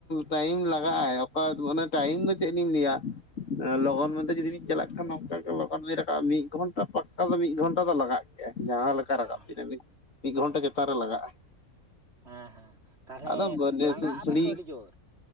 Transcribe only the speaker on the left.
ᱴᱟᱭᱤᱢ ᱞᱟᱜᱟᱜ ᱟᱭ ᱚᱠᱟ ᱢᱟᱱᱮ ᱴᱟᱭᱤᱢ ᱫᱚ ᱪᱮᱫ ᱞᱤᱧ ᱞᱟᱹᱭᱟ ᱞᱚᱜᱚᱱ ᱢᱮᱱ ᱡᱩᱫᱤ ᱵᱤᱱ ᱪᱟᱞᱟᱜ ᱠᱷᱟᱱ ᱱᱚᱝᱠᱟ ᱜᱮ ᱞᱚᱜᱚᱱ ᱵᱤᱧ ᱨᱟᱠᱟᱵ-ᱟ ᱢᱤᱫ ᱜᱷᱚᱱᱴᱟ ᱯᱟᱠᱟ ᱫᱚ ᱢᱤᱫ ᱜᱷᱚᱱᱴᱟ ᱫᱚ ᱞᱟᱜᱟᱜ ᱜᱮᱭᱟ ᱡᱟᱦᱟᱸ ᱞᱮᱠᱟ
ᱨᱟᱵ ᱵᱤᱱ ᱟᱵᱤᱱ ᱢᱤᱫ ᱜᱷᱚᱱᱴᱟ
ᱪᱮᱛᱟᱱ ᱨᱮ ᱞᱟᱜᱟᱜᱼᱟ
ᱟᱫᱚ <unintelligible>
ᱥᱟᱹᱲᱤ